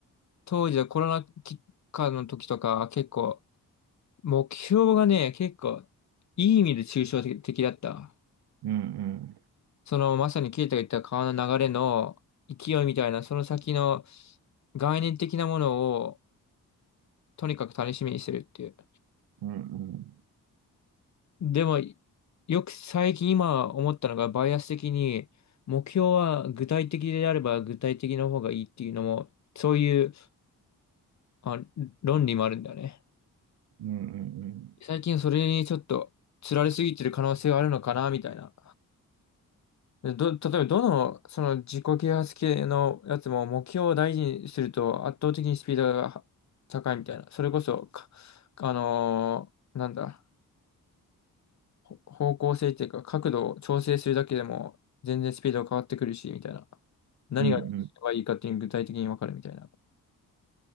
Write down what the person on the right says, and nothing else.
うん、うん、
うん、うん、
うん、うん、
うん、うん。